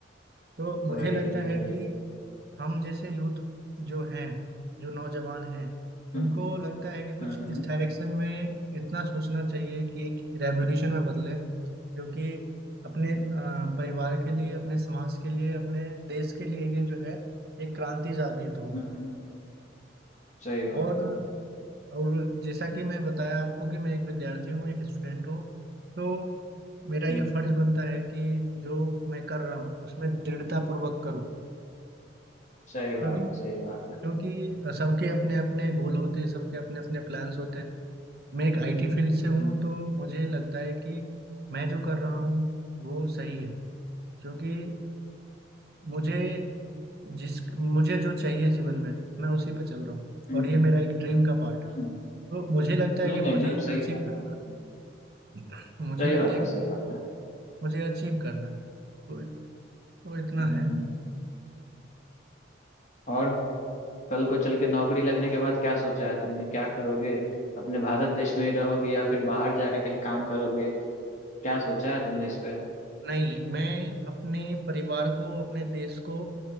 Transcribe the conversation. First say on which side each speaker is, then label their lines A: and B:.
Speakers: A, on the right; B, on the left.
A: तो मुझे
B: <laughs> वही
A: लगता है
B: वही
A: कि हम जैसे यूथ जो हैं जो नौजवान हैं
B: हम्म
A: उनको लगता है
B: हम्म
A: कि कुछ
B: हम्म
A: इस डायरेक्शन में इतना सोचना चाहिए कि एक रेवोल्यूशन में बदले जो कि अपने अ, परिवार के लिए अपने समाज के लिए अपने देश के लिए ये जो है एक क्रांति साबित हो
B: हम्म। सही बात
A: और
B: है
A: और जैसा कि मैं बताया आपको कि मैं एक विद्यार्थी हूँ एक स्टूडेंट हूँ तो मेरा ये
B: हम्म
A: फर्ज बनता है कि जो मैं कर रहा हूँ उसमें दृढ़ता पूर्वक करूँ
B: सही
A: क्योंकि
B: बात है सही बात है
A: क्योंकि सबके अपने अपने गोल होते हैं सबके अपने अपने प्लान्स होते हैं मैं एक आईटी फील्ड से हूँ
B: हम्म
A: तो मुझे लगता है कि मैं जो कर रहा हूँ वो सही है क्योंकि मुझे जिस मुझे जो चाहिए जीवन में मैं उसी पे चल रहा हूँ
B: हम्म
A: और ये मेरा एक ड्रीम का पार्ट
B: हम्म।
A: तो मुझे लगता है
B: नहीं
A: कि
B: नहीं
A: मुझे
B: एकदम
A: अचीव
B: सही कह रहे
A: करना
B: हो
A: है। मुझे
B: सही
A: लगता
B: बात
A: है
B: है
A: कि
B: सही बात है
A: मुझे अचीव करना है। तो, तो इतना
B: हम्म
A: है
B: और कल को चल के नौकरी लगने के बाद क्या सोचा है तुमने क्या करोगे अपने भारत देश में ही रहोगे या फिर बाहर जाके कहीं काम करोगे क्या सोचा है तुमने इस पे
A: नहीं मैं अपने परिवार को अपने देश को